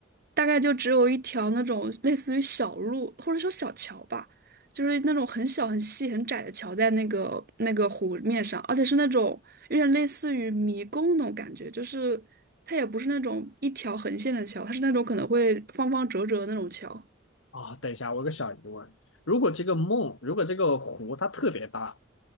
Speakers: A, on the right; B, on the left.
A: 大概就只有一条那种类似于小路或者说小桥吧，就是那种很小很细很窄的桥在那个那个湖面上，而且是那种有点类似于迷宫那种感觉，就是它也不是那种一条横线的桥，它是那种可能会方方折折的那种桥。
B: 啊。等一下，我有个小疑问，如果这个梦，如果这个湖它特别大，